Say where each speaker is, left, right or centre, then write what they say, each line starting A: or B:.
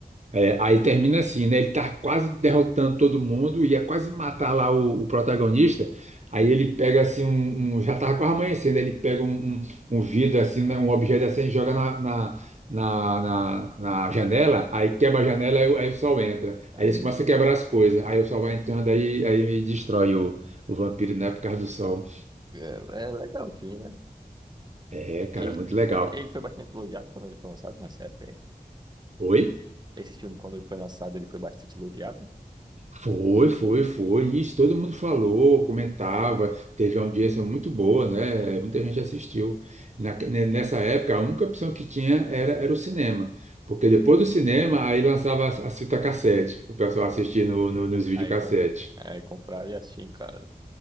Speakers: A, on the right; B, on the right.
A: É, aí termina assim, né? Ele tá quase derrotando todo mundo, ia quase matar lá o, o protagonista. Aí
B: É.
A: ele pega assim um, um- Já tava quase amanhecendo, ele pega um, um, um vidro assim, né, um objeto assim, e joga na, na, na, na, na janela, aí quebra a janela, aí, o aí o sol entra.
B: Aí,
A: Aí eles
B: ele-
A: começam a quebrar as coisas. Aí o sol vai entrando, aí, aí destrói o, o vampiro, né? Por causa do sol.
B: é, é legal o filme, né?
A: É, cara,
B: E,
A: muito
B: e-
A: legal.
B: e ele foi bastante elogiado quando ele foi lançado nessa época aí.
A: Oi?
B: Esse filme, quando ele foi lançado, ele foi bastante elogiado.
A: Foi, foi, foi. isso todo mundo falou, comentava, teve uma audiência muito boa, né? Muita gente assistiu. Na- ne- nessa época, a única opção que tinha era, era o cinema. Porque depois do cinema, aí lançava a, a fita cassete, o pessoal assistia no, no, nos videocassete.
B: Aí, comp... aí compraram e assisti em casa.